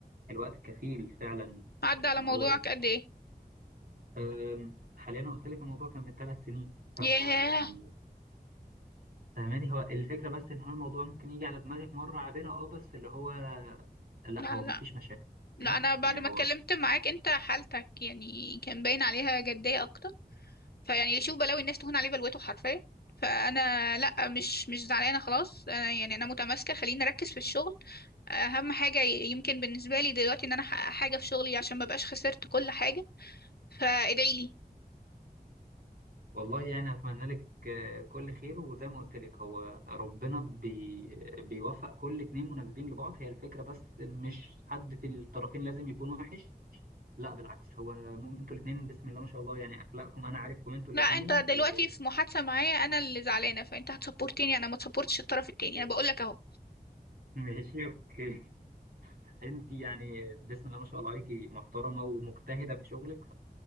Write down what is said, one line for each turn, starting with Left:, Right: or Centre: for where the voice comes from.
Right: الوقت كفيل فعلا
Left: عدى على
Right: إن
Left: موضوعك
Right: هو ين-
Left: قد ايه
Right: أم، حاليا أنا قلت لك الموضوع كان من ثلاث سنين فيعني
Left: ياه
Right: فاهماني هو الفكرة بس إن هو الموضوع ممكن يجي على دماغك مرة عابرة أه بس اللي هو لا
Left: لا
Right: هو
Left: لا
Right: ما فيش مشاكل
Left: لا
Right: فاهماني
Left: انا بعد
Right: يعني
Left: ما
Right: هو
Left: اتكلمت معاك انت حالتك يعني كان باين عليها جدية اكتر فيعني اللي يشوف بلاوي الناس تهون عليه بلوته حرفيا فانا لا مش مش زعلانه خلاص أنا يعني انا متماسكه خليني اركز في الشغل اهم حاجه يمكن بالنسبه لي دلوقتي ان انا احقق حاجه في شغلي عشان ما بقاش خسرت كل حاجه فادعي لي
Right: والله يعني أتمنى لك آه، كل خير وزي ما قلت لك هو ربنا بي بيوفق كل اتنين مناسبين لبعض هي الفكرة بس مش حد في الطرفين لازم يكون وحش لا بالعكس هو مم- انتوا الاتنين بسم الله ما شاء الله يعني أخلاقكم أنا عارفكم انتوا الاتنين
Left: لا انت دلوقتي
Right: و
Left: في محادثه معايا انا اللي زعلانه فانت هتسبورتني انا ما تسبورتش الطرف التاني
Right: <laughs>
Left: انا بقول لك اهو
Right: ماشي اوكي انت يعني بسم الله ما شاء الله عليكي محترمة ومجتهدة في شغلك